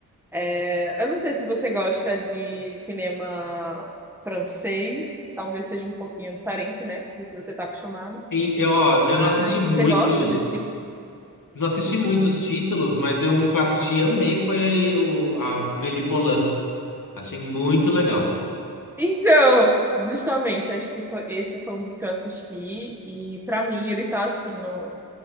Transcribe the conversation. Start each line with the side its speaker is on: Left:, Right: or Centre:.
Centre: É, eu não sei se você gosta de cinema francês, talvez seja um pouquinho diferente, né, do que você está acostumado,
Left: E eu, ó, eu
Centre: mas
Left: não assisti muitos,
Centre: você gosta desse tipo?
Left: não assisti muitos títulos, mas eu um que eu assisti e amei foi o a Melipolã. Achei muito legal.
Centre: Então, justamente, acho que foi, esse foi um dos que eu assisti e para mim ele tá assim, no